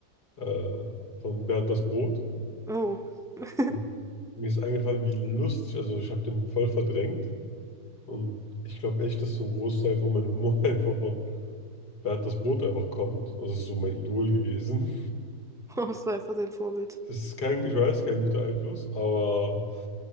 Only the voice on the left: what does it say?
äh, von Bernd das Brot.
Und mir ist eingefallen, wie lustig, also ich habe den voll verdrängt. Und ich glaube echt, dass so ein Großteil von meinem Humor <laughs> einfach von Bernd das Brot einfach kommt. Also das ist so mein Idol gewesen.
Es Ist kein, ich weiß, kein guter Einfluss, aber